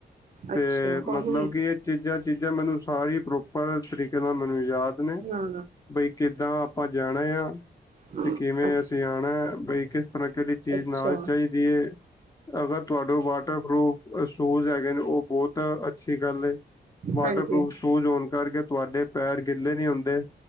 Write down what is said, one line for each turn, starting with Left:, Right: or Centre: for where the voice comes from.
Left: ਤੇ
Right: ਅੱਛਾ ਤਾਂਹੀ
Left: ਮਤਲਬ ਕਿ ਚੀਜ਼ਾਂ ਚੀਜ਼ਾਂ ਮੈਨੂੰ ਸਾਰੀ ਪ੍ਰੋਪਰ ਤਰੀਕੇ ਨਾਲ ਮੈਨੂੰ ਯਾਦ ਨੇ
Right: ਹਾਂ
Left: ਬਈ ਕਿੱਦਾਂ ਆਪਾਂ ਜਾਣਾ ਆ
Right: ਹਾਂ,
Left: ਤੇ ਕਿਵੇਂ
Right: ਅੱਛ
Left: ਅਸੀਂ ਆਉਣਾ ਬਈ ਕਿਸ ਤਰ੍ਹਾਂ ਚੀਜ਼
Right: ਅੱਛਾ
Left: ਨਾਲ ਚਾਹੀਦੀ ਦੀ ਅਗਰ ਤੁਹਾਡੇ ਵਾਟਰਪ੍ਰੂਫ਼ ਸ਼ੂਜ਼ ਹੈਗੇ ਨੇ ਉਹ ਬਹੁਤ ਅੱਛੀ ਗੱਲ, ਵਾਟਰਪ੍ਰੂਫ਼
Right: ਹਾਂਜੀ
Left: ਸ਼ੂਜ਼ ਹੋਣ ਕਰਕੇ ਤੁਹਾਡੇ ਪੈਰ ਗਿੱਲੇ ਨਹੀਂ ਹੁੰਦੇ।